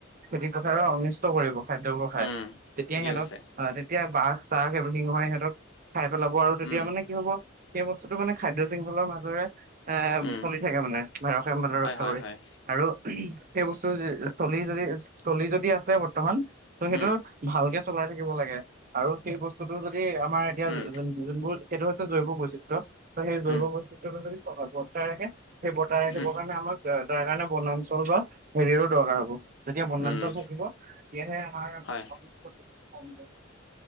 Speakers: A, on the right; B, on the left.
A: খেতি-পথাৰৰ অনিষ্ট কৰিব। খাদ্যবোৰ খাই,
B: উম,
A: তেতিয়া
B: ঠিকে
A: সিহঁতক
B: কৈছে।
A: অ তেতিয়া বাঘ <unintelligible> সিহঁতক খাই পেলাব আৰু তেতিয়া
B: উম,
A: মানে কি হব সেই বস্তুতটো মানে খাদ্য শৃংহলৰ মাজেৰে এ
B: উম,
A: চলি থাকে মানে <unintelligible> ৰক্ষ্যা
B: হয়, হয়,
A: কৰি
B: হয়।
A: আৰু সেই বস্তু চলি যদি চলি যদি আছে বৰ্তমান তো সেইটো
B: উম,
A: ভালকে চলাই থাকিব লাগে আৰু সেই বস্তুটো যদি আমাৰ এতিয়া
B: উম,
A: যোনবোৰ সেইটো হৈছে জৈৱ বৈচিত্ৰ্য। সেই জৈৱ
B: উম,
A: বৈচিত্ৰ্যটো যদি বৰ্তাই ৰাখে সেই বৰ্তাই ৰাখিবৰ
B: উম,
A: কাৰণে আমাক তা তাৰ কাৰণে বনঞ্ছ <unintelligible> বা হেৰিৰো দৰকাৰ হব। যেতিয়া বনাঞ্চল
B: উম,
A: থাকিব তেতিয়াহে আমাৰ
B: হয়,
A: সম্পদ সমূহ